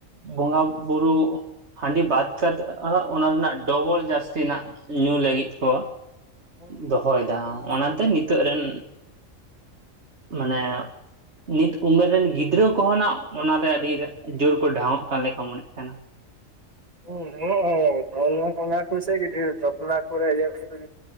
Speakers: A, on the right; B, on the right.
A: ᱵᱚᱸᱜᱟ ᱵᱩᱨᱩ ᱦᱟᱺᱰᱤ ᱵᱟᱫ ᱠᱟ ᱠᱟᱛᱮᱜ ᱦᱟ ᱚᱱᱟ ᱨᱮᱱᱟᱜ ᱰᱚᱵᱚᱞ ᱡᱟᱹᱥᱛᱤ ᱱᱟᱜ ᱧᱩ ᱞᱟᱹᱜᱤᱫ ᱠᱚ
B: ᱦᱮᱸ
A: ᱫᱚᱦᱚᱭᱮᱫᱟ ᱚᱱᱟᱛᱮ
B: ᱫᱚᱦᱚᱭᱮᱫᱟ
A: ᱱᱤᱛᱳᱜ ᱨᱮᱱ
B: ᱦᱮᱸ
A: ᱢᱟᱱᱮ ᱱᱤᱛ ᱩᱢᱮᱨ ᱨᱮᱱ ᱜᱤᱫᱽᱨᱟᱹ ᱠᱚᱦᱚᱸ ᱱᱟᱜ ᱚᱱᱟᱨᱮ ᱟᱹᱰᱤ ᱡᱳᱨ ᱠᱚ ᱰᱷᱟᱶᱚᱜ ᱠᱟᱱ ᱞᱮᱠᱟ ᱢᱚᱱᱮᱜ ᱠᱟᱱᱟ᱾
B: ᱦᱩᱸ ᱦᱚᱸᱜ ᱦᱚᱸ ᱚᱱ ᱚᱱᱟ ᱠᱚ ᱥᱮ ᱜᱮ ᱰᱷᱮᱨ ᱫᱚ᱾ ᱵᱟᱯᱞᱟ ᱠᱚ ᱨᱮ ᱤᱭᱟᱹ ᱠᱚᱨᱮ